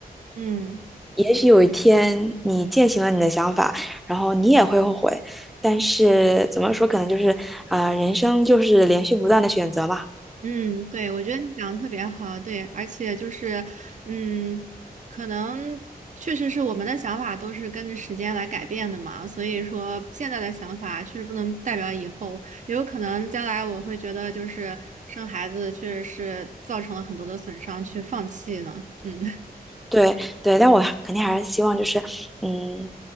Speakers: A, on the right; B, in the centre.
A: 嗯。
B: 也许有一天你践行了你的想法，然后你也会后悔。但是怎么说，可能就是啊、呃人生就是连续不断的选择嘛。
A: 嗯，对，我觉得你讲的特别好，对，而且就是，嗯，可能确实是我们的想法都是跟着时间来改变的嘛，所以说现在的想法确实不能代表以后，也有可能将来我会觉得就是生孩子确实是造成了很多的损伤，去放弃呢。嗯
B: 对对，但我肯定还是希望就是，嗯，